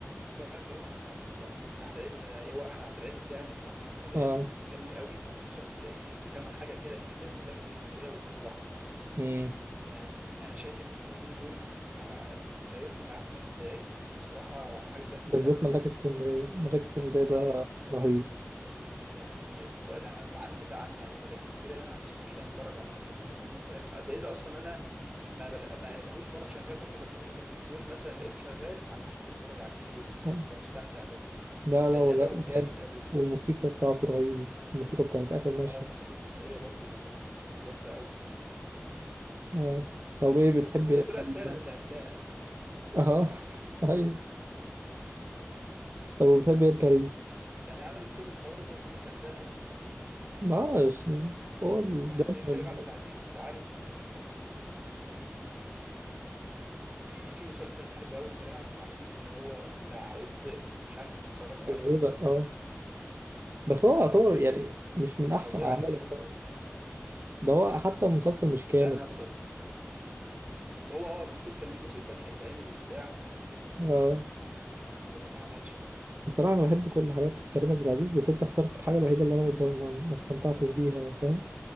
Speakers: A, on the right (about 20°); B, on the right (about 50°).
A: لا كريم عبد العزيز طبعا احمد عز هو احمد عبد العز جامد يعني احمد عز
B: اه
A: جامد قوي خصوصا في في كام حاجه كده ليه زي ملاك اسكندريه والمصلحه
B: امم
A: يعني انا شايف ان الفيلمين دول في في الكارير بتاع احمد عز بصراحه حاجه جامده
B: بالذات
A: قوي يعني
B: ملاك اسكندريه ملاك اسكندريه ده
A: اه
B: رهيب
A: يعني انا عندي بقى عندي يعني ملاك اسكندريه ده ما عنديش مشكله اتفرج عليه مثلا مرتين وثلاثه ده اذا اصلا انا ما بل... ما لهوش مره شغال مثلا لو فتحت التلفزيون مثلا لقيته شغال عادي اتفرج عليه وابقى
B: آه.
A: مستمتع برضه
B: لا لا
A: لان
B: هو
A: اداؤه
B: جا- جامد
A: جامد قوي فيه
B: والموسيقى بتاعته رهيبة الموسيقى بتاعت آخر
A: اه
B: مشهد
A: الموسيقى التصويريه برضه جامده قوي
B: آه. طب إيه بتحب
A: وهي
B: إيه الكريم
A: طلعت فعلا
B: بقى؟
A: اللي هتلاقيها
B: أها <laughs> أيوة طب وبتحب إيه الكريم؟
A: يعني عملت كل الحوار ده وصدقها
B: معلش هو ال-
A: بحب
B: ده
A: ايه
B: من
A: كريم
B: المركب
A: عبد العزيز ده عارف في في مسلسل بحبه قوي لكريم عبد العزيز اللي هو بتاع الزئبق مش عارف انت اتفرجت عليه
B: إزاي
A: ولا
B: بقى؟
A: لا
B: أه بس هو يعتبر يعني مش من أحسن
A: موجود على
B: أعماله
A: اليوتيوب
B: خالص
A: هو
B: ده هو حتى المسلسل مش كامل
A: لا انا بص... ده هو اه المفروض كان ليه جزء تاني هيتعمل وبتاع فاهمني وما
B: أه
A: وما اتعملش برضه
B: بصراحة أنا بحب كل حاجات كريم عبد العزيز بس أنت اخترت الحاجة الوحيدة اللي أنا ما ما استمتعتش بيها فاهم؟